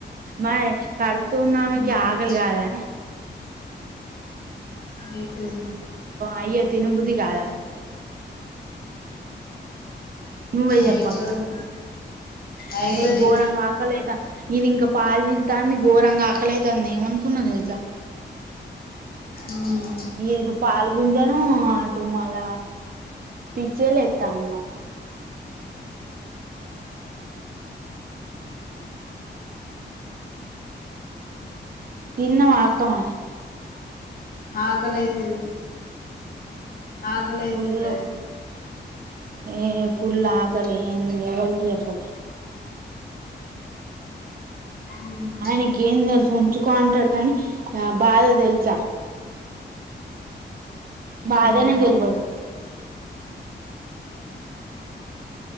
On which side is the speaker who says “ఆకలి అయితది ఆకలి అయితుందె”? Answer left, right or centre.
Left